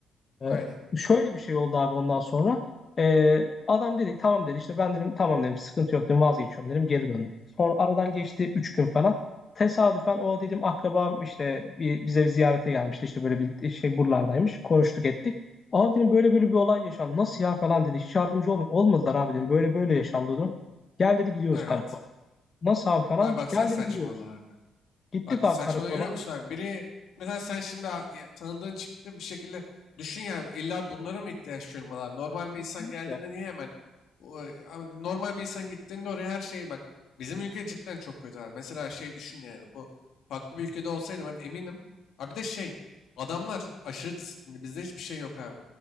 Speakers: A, on the left; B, on the left.
A: Ee,
B: Aynen.
A: şöyle bir şey oldu abi ondan sonra. Ee, adam dedi tamam dedi işte ben dedim tamam dedim sıkıntı yok dedim vazgeçiyorum dedim geri döndüm. Sonra aradan geçti 3 gün falan. Tesadüfen o dedim akrabam işte bir, bize bir ziyarete gelmişti işte böyle bir şey buralardaymış konuştuk ettik. Abi dedim böyle böyle bir olay yaşandı nasıl ya falan dedi hiç yardımcı olm olmadılar abi dedim böyle böyle yaşandı dedim. Gel dedi gidiyoruz
B: Evet.
A: karakola. Nasıl abi falan
B: Abi baksana
A: gel
B: saçmalığa
A: dedi gidiyoruz.
B: abi.
A: Gittik
B: Bak
A: abi
B: saçmalama
A: karakola.
B: görüyor musun abi? Biri mesela sen şimdi a- ya tanıdığın çıktı bir şekilde düşün ya illa bunlara mı ihtiyaç duyulmalı abi? Normal bir
A: Kesinlikle.
B: insan geldiğinde niye hemen o, e, abi normal bir insan gittiğinde oraya her şeyi bak. Bizim ülke cidden çok kötü abi. Mesela şey düşün yani bu farklı bir ülkede olsaydı ben eminim. Abi bir de şey adamlar aşırı disiplinli bizde hiçbir şey yok abi.